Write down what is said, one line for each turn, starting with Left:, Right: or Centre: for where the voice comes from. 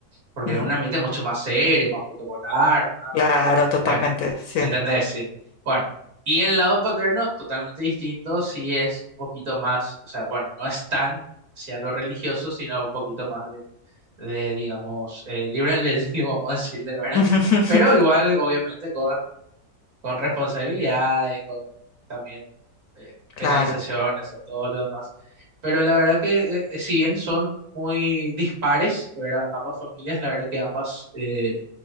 Right: Porque
Left: Mm.
Right: es un ambiente mucho más serio, más protocolar, más.
Left: Claro, totalmente,
Right: Eh,
Left: sí.
Right: ¿me entendés? Sí. Bueno, y el lado paterno, totalmente distinto, sí es un poquito más, o sea, bueno, no es tan hacia lo religioso, sino un poquito más de, de digamos, eh, libre albedrío, <laughs> vamos a decirle, ¿verdad?
Left: <laughs>
Right: Pero igual, obviamente, con con responsabilidades, con también eh, penalizaciones,
Left: Claro.
Right: a todo lo demás. Pero la verdad que eh, eh, si bien son muy dispares, ¿verdad? Ambas familias, la verdad que ambas eh,